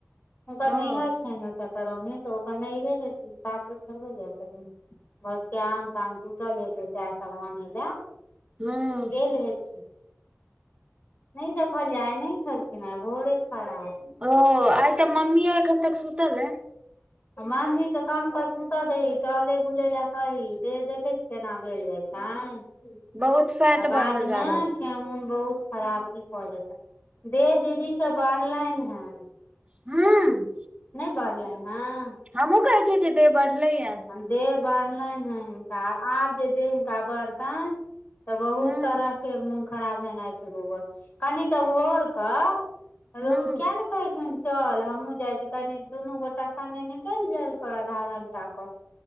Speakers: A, on the left; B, on the right.
A: ओकर
B: ओ
A: नहियर छै ने त <unintelligible> तरनी तऽ ओ साथमे ठरबो जाइ छथि बस <unintelligible> क आम ताम टूटल है सेसव आने लए
B: हूँ
A: गेल हेथिन नहि देखलियै आय नहि छलखिन भोरे खरा <unintelligible>
B: ओ आत ता मम्मीयो अखेनतक सुतल है
A: मामी के काम पर सुतऽ दही टहले बुले लए कही दे देखे छी केना भेल जाई
B: बहुत फैट
A: बाद
B: बढ़ल जा
A: मे
B: रहल छै
A: ठेहुन बहुत खराब भजेतै देह दीदी के बढ़लनि है
B: हूँ
A: नहि बढ़लनि हँ
B: हमूँ कहै छै जे देह बढ़ले ये
A: देह बढ़लनि हे हिनका आब जे देह हिनका बढ़तनि तऽ बहुत
B: हूं
A: तरहके मोन खराब हेनाई छै गोबर कनि तऽ भोर कऽ
B: हूं
A: रुक नहि कहैन छैन <unintelligible> चल हमूँ जाई छी कनी दुनू गोटा सगे निकल जाल कर आधा घंटा क